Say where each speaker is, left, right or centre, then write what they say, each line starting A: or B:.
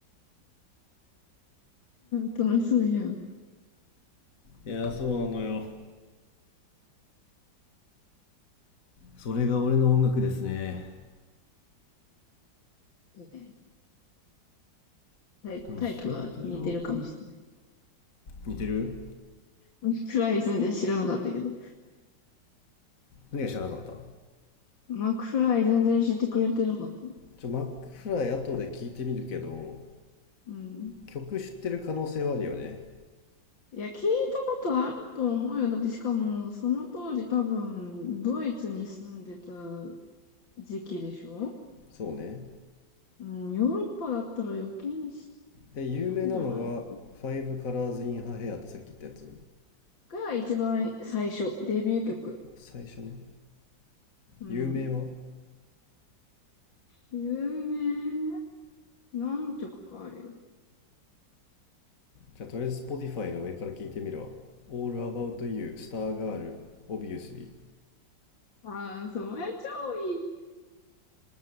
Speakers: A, on the left; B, on the left.
A: 楽しそうじゃん。
B: いやーそうなのよそれが俺の音楽ですね
A: いいね。タイ、
B: でも仕事上
A: タイプは似てるかもしれない。
B: 似てる
A: マクフライ全然知らなかったけど。
B: 何が知らなかった
A: マクフライ全然知ってくれてなかった。
B: ちょマックフライ後で聞いてみるけど
A: うん。
B: 曲知ってる可能性はあるよね
A: いや、聞いたことあると思うよ。だってしかも、その当時多分、ドイツに住んでた時期でしょ
B: そうね
A: うん、ヨーロッパだったら余計に知っ
B: え有名なのが「Five
A: てるんじゃないかな。
B: Colors in Her Hair」ってさっき言ったやつ
A: が一番最初、デビュー曲。
B: 最初ね
A: うん。
B: 有名は
A: 有名何曲かあるよ。
B: じゃあとりあえず Spotify の上から聞いてみるわ「All About You」「Star Girl」「Obviously」
A: ああー、そう。え、超いい。